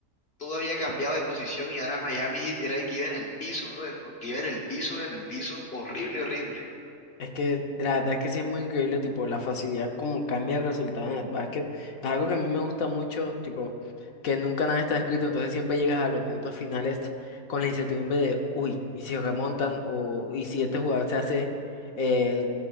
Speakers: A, on the left (about 45°); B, on the left (about 70°).
A: todo había cambiado de posición y ahora Miami Heat era el que iba en el piso, brother, porque iba en el piso, en el piso, horrible, horrible.
B: Es que la verdad es que sí es muy increíble, tipo, la facilidad como cambia el resultado en el básquet. Es algo que a mí me gusta mucho, tipo, que nunca nada está escrito, entonces siempre llegas a los minutos finales con la incertidumbre de, uy, y si remontan, o y si este jugador se hace eh,